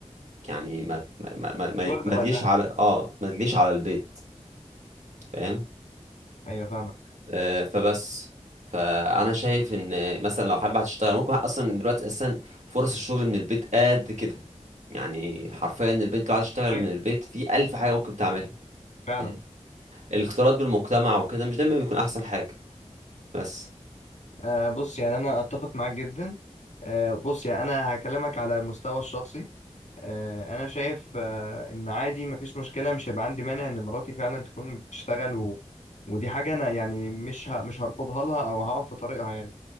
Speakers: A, on the right; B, on the left.
A: يعني ما ما ما ما,
B: مش واخده
A: ما
B: وقتها
A: تجيش على اه ما تجيش على البيت فاهم
B: ايوه فاهمك
A: آه، فبس فانا شايف ان مثلا لو حابه هتشتغل ممكن اصلا دلوقتي اساسا فرص الشغل من البيت قد كده يعني حرفيا البنت لو عايزه تشتغل
B: طيب
A: من البيت في الف حاجه ممكن تعملها
B: فعلا
A: فاهم الاختلاط بالمجتمع وكده مش دايما بيكون احسن حاجه بس
B: آه بص يعني انا اتفق معاك جدا آه بص يعني انا هكلمك على المستوى الشخصي آه انا شايف آه ان عادي مفيش مشكله مش هيبقى عندي مانع ان مراتي فعلا تكون بتشتغل و... ودي حاجه انا يعني مش ه... مش هرفضها لها او هقف في طريقها يعني